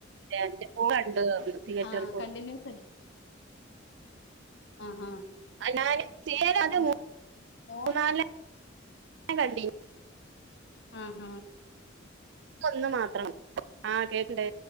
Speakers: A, on the right; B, on the left.
A: എന്റെ മോള് കണ്ടു തിയേറ്ററിൽ
B: ആഹ്
A: പോയി
B: കണ്ടിന്യൂസ് അല്ല ആഹ്
A: അ ഞാന് ശേർ അത്
B: ആഹ്
A: മൂന്നാറ
B: മോൻ
A: <unintelligible> ന്ന കണ്ടി
B: ആ ആഹ
A: ഒന്ന് മാത്രണ് ആ കേണ്ട്